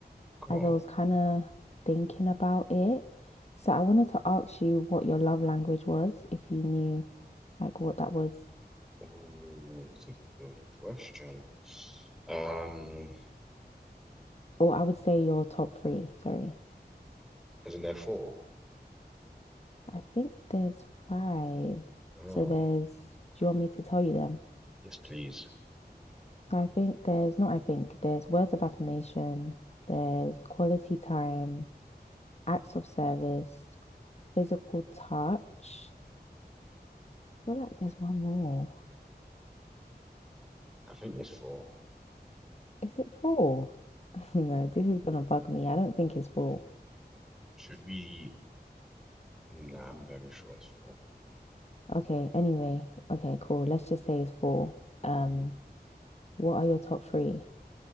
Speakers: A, in the centre; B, on the left (about 40°).
A: Go
B: as
A: on.
B: I was kind of thinking about it. So I wanted to ask you what your love language was, if you knew like what that was,
A: Oh, that's a good question. Um,
B: or I would say your top three. Sorry.
A: isn't there four?
B: I think there's five.
A: Oh,
B: So there's, do you want me to tell you them?
A: yes, please.
B: So I think there's not, I think there's words of affirmation, there's quality time, acts of service, physical touch. I feel like there's one more.
A: I think it's four.
B: Is it four? <laughs> No, this is gonna bug me. I don't think it's four.
A: Should we? Nah, I'm very sure it's 4
B: Okay, anyway, okay, cool. Let's just say it's four. Um,
A: Mhm.
B: what are your top three?